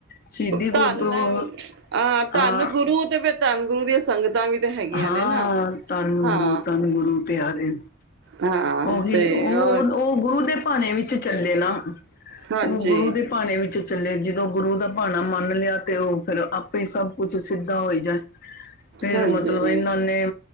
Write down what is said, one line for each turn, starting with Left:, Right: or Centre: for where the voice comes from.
Left: ਸ਼ਹੀਦੀ ਗੁਰਪੁਰਬ
Right: ਧਨ ਹਾਂ ਧੰਨ
Left: ਆ
Right: ਗੁਰੂ ਤੇ ਫਿਰ ਧੰਨ ਗੁਰੂ ਦੀਆਂ ਸੰਗਤਾਂ ਵੀ ਤੇ ਹੈਗੀਆਂ
Left: ਹਾਂ,
Right: ਨੇ ਨਾ
Left: ਧੰਨ
Right: ਹਾਂ
Left: ਗੁਰੂ ਧੰਨ ਗੁਰੂ ਪਿਆਰੇ।
Right: ਹਾਂ
Left: ਉਹੀ
Right: ਤੇ
Left: ਉਹ
Right: ਹੋਰ
Left: ਉਹ ਓ ਗੁਰੂ ਦੇ ਭਾਣੇ ਵਿੱਚ ਚੱਲੇ ਨਾ
Right: ਹਾਂਜੀ
Left: ਉਹ ਗੁਰੂ ਦੇ ਭਾਣੇ ਵਿੱਚ ਚੱਲੇ ਜਦੋਂ ਗੁਰੂ ਦਾ ਭਾਣਾ ਮੰਨ ਲਿਆ ਤੇ ਉਹ ਫੇਰ ਆਪੇ ਹੀ ਸਭ ਕੁਛ ਸਿੱਧਾ ਹੋਈ ਜਾਏ, ਫਿਰ
Right: ਹਾਂਜੀ
Left: ਮਤਲਬ ਇਹਨਾਂ ਨੇ